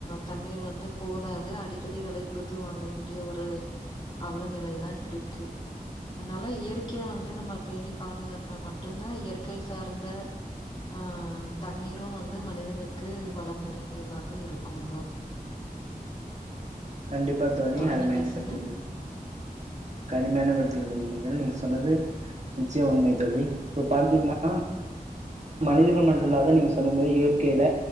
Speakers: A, on the left (about 30°); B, on the right (about 45°).
A: தண்ணீர் வந்து போதாது அடி செடி வெலை குடுத்து வாங்க வேண்டிய ஒரு அவலநிலைதா இருக்கு அதனால இயற்கைய வந்து நம்ம பேணி பாதுகாத்தா மட்டுதா இயற்கை சார்ந்த ஆஹ் தண்ணீரும் வந்து மனிதனுக்கு வளம் நிரபியதாக இருக்கும்பா
B: கண்டிப்பா தோழி
A: தொடர்ந்து
B: அருமையான
A: பேசுங்க.
B: கருத்து இது கடுமையான கருத்து இருக்க நீங்கள் நீங்க சொங்கள் சொன்னது நிச்சியோ உண்மை தோழி இப்போ பாத்தீங்கனா மனிதர்கள் மட்டுல்லாதா நீங்க சொன்னா மாரி இயற்கையில